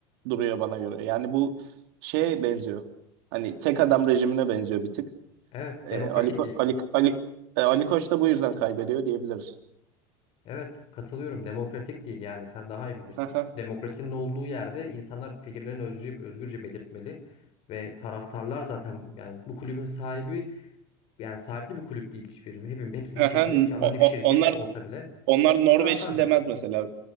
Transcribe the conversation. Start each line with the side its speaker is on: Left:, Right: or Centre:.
Right: duruyor bana göre. Yani bu şeye benziyor. Hani tek adam rejimine benziyor bir tık.
Left: Evet
Right: E,
Left: demokratik
Right: Ali, Ko-
Left: değil.
Right: Ali, Ali, e, Ali Koç da bu yüzden kaybediyor diyebiliriz.
Left: Evet katılıyorum demokratik değil. Yani sen daha iyi bilirsin.
Right: <laughs> Haha.
Left: Demokrasinin olduğu yerde insanlar fikirlerini özgürce, özgürce belirtmeli. Ve taraftarlar zaten yani bu kulübün sahibi Yani sahipli bir kulüp değil hiçbiri. Hepim, hepsi
Right: Haha.
Left: bir şekilde bir anonim
Right: O-
Left: şirket
Right: o- Onlar
Left: olsa bile
Right: onlar Norveçli
Left: taraftardır.
Right: demez mesela.